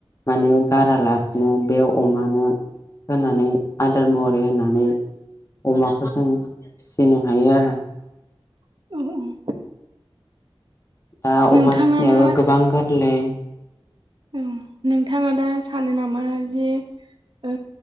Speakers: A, on the left; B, on the right.
A: माने गारालासिनो बे अमानो होनानै आदार महरै होनानै अमाखौ जों फिसिनो हायो आरो
B: <unintelligible>
A: दा
B: नोंथाङा
A: अमा फिसिनायाबो
B: दा
A: गोबां गोरलै।
B: उम नोंथाङा दा सानो नामा जे ओ